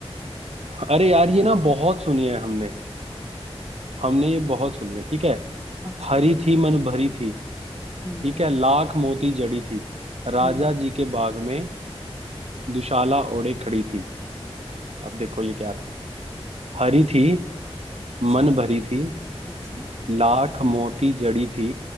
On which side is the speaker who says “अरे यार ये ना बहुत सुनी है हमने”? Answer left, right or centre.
Right